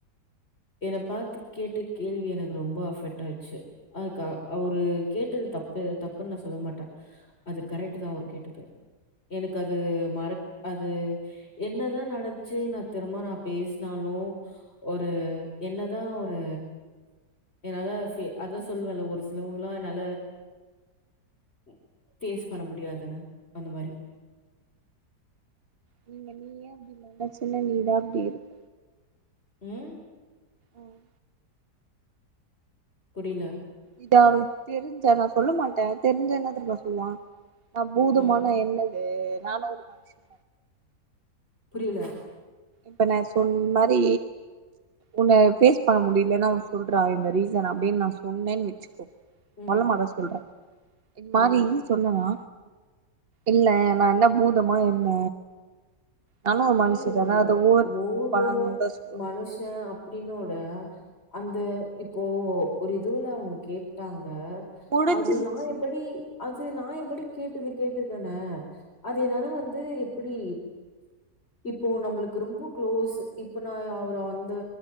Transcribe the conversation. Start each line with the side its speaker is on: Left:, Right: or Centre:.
Left: என பாத்து கேட்ட கேள்வி எனக்கு ரொம்ப அபெட்டாச்சு ஆ கா அவரு கேட்டது தப்பு தப்புன்னு நா சொல்ல மாட்ட அது கரெக்ட்டு தா அவரு கேட்டது எனக்கு அது மறக் அது என்னதா நெனைச்சு நா திரும்ப நா பேசுனாலு ஒரு என்னதா ஒரு என்னால ஃபி அதா சொல்வேல ஒரு சிலவங்களா என்னால ம் ஃபேஸ் பண்ண முடியாதுன்னு அந்த மாரி
Right: நீங்க நீயே அப்டி நெனச்ச நீ தா அப்டி இருக்
Left: ம்
Right: ம்
Left: புரில
Right: இதான் அவ்னுக்கு தெரிஞ்சா நான் சொல்ல மாட்டேன் தெரிஞ்சா என்ன தெரிமா சொல்வான் நா பூதமானா
Left: ம்.
Right: என்னது நானும் ஒரு மனுஷன்
Left: புரியல
Right: இப்ப நான் சொன் இது மாரி உன்னை ஃபேஸ் பண்ண முடியலன் அவேன் சொல்றான் இந்த ரீசன் அப்டின்னு நான் சொன்னேன்னு வச்சுக்கோ
Left: ம்,
Right: மல்ல மாட சொல்றேன் இந் மாரி
Left: ம்.
Right: சொல்லனா இல்ல நான் என்ன பூதமா என்ன நானு ஒரு மனுஷதான
Left: ஏய்
Right: அத ஓவர்
Left: பூதோ
Right: பண்ணணுனு தா சொல்லுவ
Left: மனுஷே அப் டினோட அந்த இப்போ ஒரு இதுல அவுங்க கேட்டாங்க
Right: முடிஞ்சிருச்சு
Left: அது நான் எப்படி அது நா எப்டி கேட்டது கேட்டதுதான அது என்னால வந்து எப்பிடி இப்போ நம்மளுக்கு ரொம்ப குளோஸு இப்ப நா அவரா வந்து